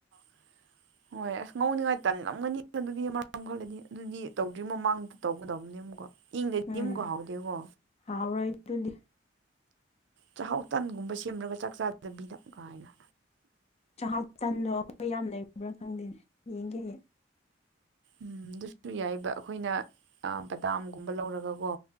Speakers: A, on the right; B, on the left.
A: <unintelligible> ꯍꯣꯏ ꯑꯁ ꯉꯧꯅꯤꯡꯉꯥꯏ ꯇꯟꯂꯝꯒꯅꯤ ꯑꯗꯨꯗꯤ ꯃꯔꯥꯝ ꯈꯜꯂꯗꯤ ꯑꯗꯨꯗꯤ ꯇꯧꯗ꯭ꯔꯤꯩ ꯃꯃꯥꯡꯗ ꯇꯧꯒꯗꯕꯅꯦꯕꯀꯣ ꯏꯤꯡꯗꯗꯤꯝꯒꯍꯥꯎꯗꯤꯦꯀꯣ
B: ꯎꯝ ꯍꯥꯎꯔꯣꯏ ꯑꯗꯨꯗꯤ
A: ꯆꯥꯛꯍꯥꯎ ꯇꯟꯒꯨꯝꯕ ꯁꯦꯝꯃꯒ ꯆꯥꯛ ꯆꯥꯗꯕꯤꯗ ꯀꯥꯏꯅ
B: ꯆꯍꯥꯛ ꯇꯟꯗꯣ ꯑꯩꯈꯣꯏ ꯌꯥꯝ ꯂꯩꯕ꯭ꯔꯥ ꯈꯪꯗꯦꯅꯦ ꯌꯦꯡꯒꯦ
A: ꯎꯝ ꯑꯗꯨꯁꯨ ꯌꯥꯏꯕ ꯑꯩꯈꯣꯏꯅ ꯕꯗꯥꯝꯒꯨꯝꯕ ꯂꯧꯔꯒ ꯀꯣ